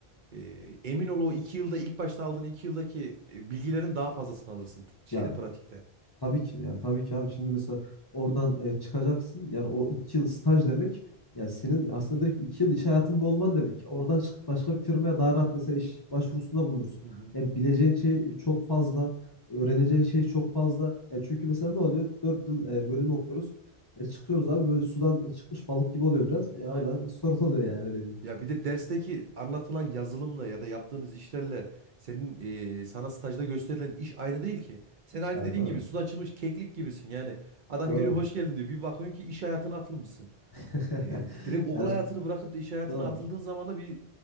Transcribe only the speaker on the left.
Ya
Tabii ki yani tabii ki abi şimdi mesela oradan e, çıkacaksın yani o iki yıl staj demek yani senin aslında direkt iki yıl iş hayatında olman demek. Oradan çıkıp başka bir firmaya daha rahat mesela iş başvurusunda bulunursun.
Ya bileceğin şey çok fazla, öğreneceğin şey çok fazla. Ya çünkü
mesela ne oluyor? Dört yıl e, bölümü okuyoruz. E, çıkıyoruz abi böyle sudan çıkmış balık gibi oluyor biraz. Ya
o da sorun oluyor yani öyle değil.
Ya
doğru.
Doğru.
<laughs>
Ya
doğru.